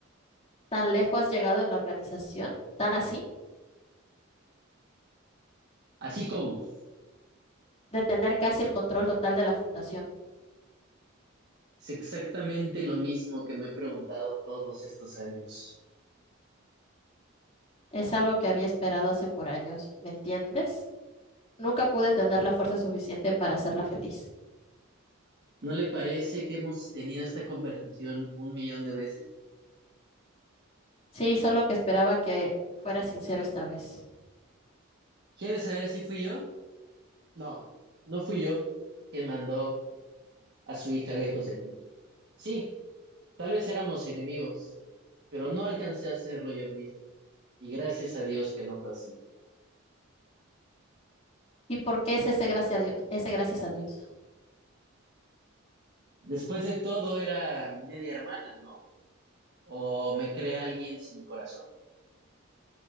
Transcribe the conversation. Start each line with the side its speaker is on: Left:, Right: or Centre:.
Left: tan lejos has llegado en la organización, tan así,
Right: Así como,
Left: de tener casi el control total de la fundación.
Right: es exactamente lo mismo que me he preguntado todos estos años.
Left: Es algo que había esperado hace por años, ¿me entiendes? Nunca pude tener la fuerza suficiente para hacerla feliz.
Right: ¿No le parece que hemos tenido esta conversación un millón de veces?
Left: Sí, solo que esperaba que fuera sincero esta vez.
Right: ¿Quiere saber si fui yo? No, no fui yo quien mandó a su hija lejos de aquí. Sí, tal vez éramos enemigos, pero no alcancé a hacerlo yo mismo. Y gracias a Dios que no fue así.
Left: ¿Y por qué es ese gracias a Dios? Ese gracias a Dios.
Right: Después de todo era mi media hermana, ¿no? O me cree alguien sin corazón.